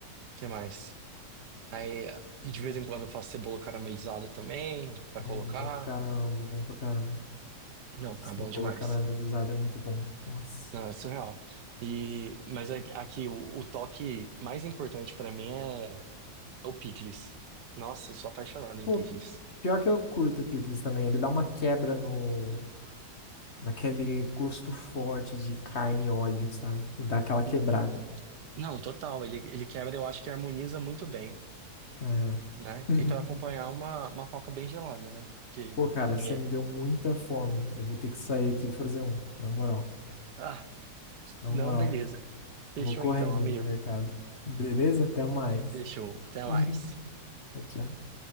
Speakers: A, on the right; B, on the left.
A: que mais? Aí, de vez em quando, eu faço cebola caramelizada também, pra
B: bom,
A: colocar.
B: bom pra caramba, bom pra caramba.
A: Não, fica
B: Cebola
A: bom demais.
B: caramelizada é muito bom. Nossa.
A: Não, é surreal. E, mas aqui, aqui, o, o toque mais importante pra mim é é o picles. Nossa, eu sou apaixonado em
B: Pô,
A: picles.
B: pior que eu curto o picles também, ele dá uma quebra no Naquele gosto forte de carne e óleo, sabe? E dá aquela quebrada.
A: N- Não, total. Ele, ele quebra, eu acho que harmoniza muito bem,
B: É.
A: né?
B: <laughs>
A: E pra acompanhar uma, uma coca bem gelada, né? Que
B: Pô, cara,
A: ninguém.
B: você me deu muita fome. Eu vou ter que sair aqui e fazer um. Na moral,
A: Ah,
B: na
A: não,
B: moral.
A: beleza. Fechou
B: Vou correndo
A: então, amigo.
B: no mercado. Beleza? Até mais.
A: Fechou. Até mais.
B: <laughs> Tchau, tchau.